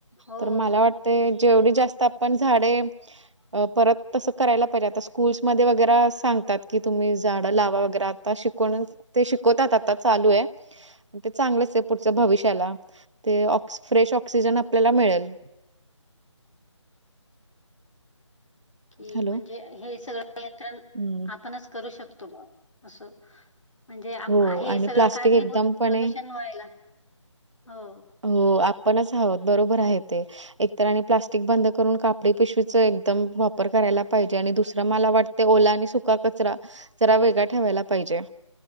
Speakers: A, on the left; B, on the right.
A: हो.
B: तर मला वाट ते जेवढी जास्त आपण झाडे परत तसं करायला पाहिजे आता स्कूल्समध्ये वगैरा सांगतात की तुम्ही झाड लावा वगैरा आता शिकवून ते शिकवतात आता चालू आहे ते चांगलंच आहे पुढच्या भविष्याला ते ऑ फ्रेश ऑक्सिजन आपल्याला मिळेल
A: कि
B: हॅलो
A: म्हणजे हे सगळं नियंत्रण
B: हम्म
A: आपणच करू शकतो. असं म्हणजे आम
B: हो
A: हे
B: आणि
A: सगळं
B: प्लास्टिक
A: कारणीभूत
B: एकदमपणे
A: प्रदूषण व्हायला हो
B: हो आपणच आहोत बरोबर आहे ते एकतर आणि प्लास्टिक बंद करून कापडी पिशवीचं एकदम वापर करायला पाहिजे आणि दुसरं मला वाटतं ते ओला आणि सुका कचरा जरा वेगळा ठेवायला पाहिजे